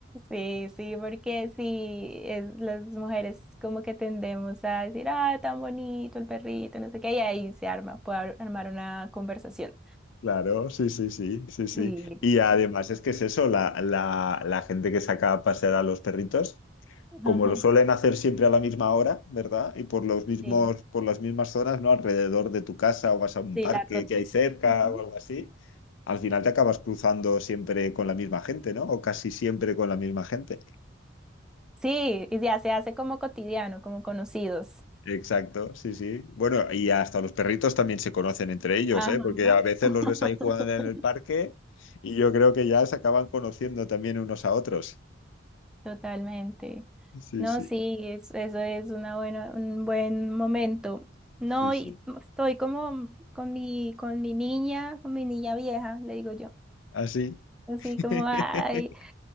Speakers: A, in the centre; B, on the left (about 70°).
A: Sí, sí, porque sí, es- las mujeres como que tendemos a decir, ah, tan bonito el perrito, no sé qué, y ahí se arma, puede ar- armar una conversación.
B: Claro, sí, sí, sí, sí, sí.
A: Sí,
B: Y además es que es eso, la, la, la gente que saca a pasear a los perritos. como
A: ajá,
B: lo suelen hacer siempre a la misma hora, ¿verdad? Y por los mismos,
A: sí,
B: por las mismas zonas, ¿no? Alrededor de tu casa o vas a un
A: sí,
B: parque
A: las rutas.
B: que hay cerca
A: Ujú.
B: o algo así, al final te acabas cruzando siempre con la misma gente, ¿no? O casi siempre con la misma gente.
A: Sí, y ya se hace como cotidiano, como conocidos.
B: Exacto, sí, sí. Bueno, y hasta los perritos también se conocen entre ellos,
A: Ajá.
B: ¿eh? Porque a veces
A: <laughs>
B: los ves ahí jugando en el parque y yo creo que ya se acaban conociendo también unos a otros.
A: Totalmente.
B: Sí,
A: No,
B: sí,
A: sí, es- eso es una buena, un buen momento. No,
B: sí, sí.
A: y estoy como con mi, con mi niña, con mi niña vieja, le digo yo.
B: Así.
A: Así
B: <laughs>
A: como, ay,